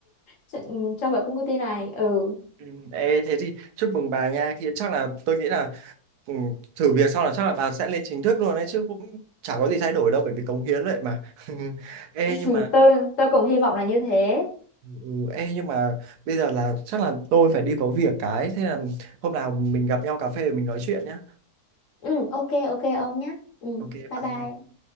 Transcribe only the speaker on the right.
Ừ, Ê, thế thì chúc mừng bà nha thì chắc là tôi nghĩ là ừ, thử việc xong là chắc là bà sẽ lên chính thức luôn đấy chứ cũng chả có gì thay đổi đâu bởi vì cống hiến vậy mà <laughs> ê
nhưng mà
ừ, ê nhưng mà bây giờ là chắc là tôi phải đi có việc cái thế là hôm nào mình gặp nhau cà phê để mình nói chuyện nhá
ok
bye
nha